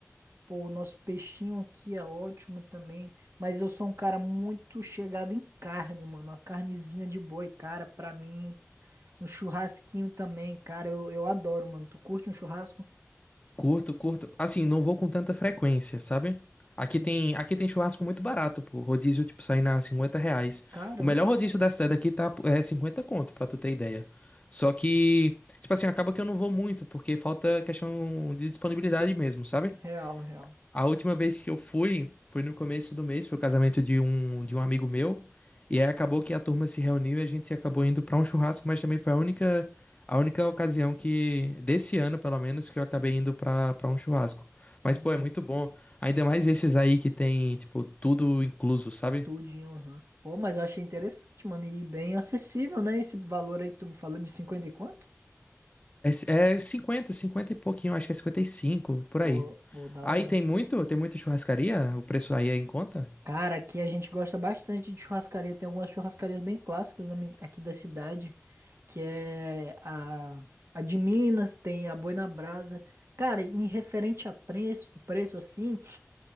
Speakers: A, on the right (about 55°); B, on the left (about 25°).
A: Pô, o nosso peixinho aqui é ótimo também. Mas eu sou um cara muito chegado em carne, mano. Uma carnezinha de boi, cara, pra mim. Um churrasquinho também, cara. Eu, eu adoro, mano. Tu curte um churrasco?
B: Curto, curto. Assim, não vou com tanta frequência, sabe? Aqui
A: Sim,
B: tem,
A: sim.
B: aqui tem churrasco muito barato, pô. Rodízio, tipo, sai na 50 reais.
A: Caramba.
B: O melhor rodízio da cidade aqui tá, é 50 conto, pra tu ter ideia. Só que, tipo assim, acaba que eu não vou muito, porque falta questão de disponibilidade mesmo, sabe?
A: Real, real.
B: A última vez que eu fui foi no começo do mês, foi o casamento de um, de um amigo meu. E aí acabou que a turma se reuniu e a gente acabou indo pra um churrasco, mas também foi a única, a única ocasião que, desse ano pelo menos, que eu acabei indo pra para um churrasco. Mas,
A: Hum.
B: pô, é muito bom. Ainda mais esses aí que tem, tipo, tudo incluso, sabe?
A: Tudinho, aham. Pô, mas eu achei interessante, mano. E bem acessível, né? Esse valor aí que tu me falou de cinquenta e quanto?
B: É, é 50 50 e pouquinho, acho que é 55 por
A: Pô,
B: aí.
A: pô, da
B: Aí
A: hora.
B: tem muito, tem muita churrascaria, o preço aí é em conta?
A: Cara, aqui a gente gosta bastante de churrascaria. Tem algumas churrascarias bem clássicas da mi- aqui da cidade, que é a, a de Minas, tem a Boi na Brasa. Cara, em referente a preço, preço assim.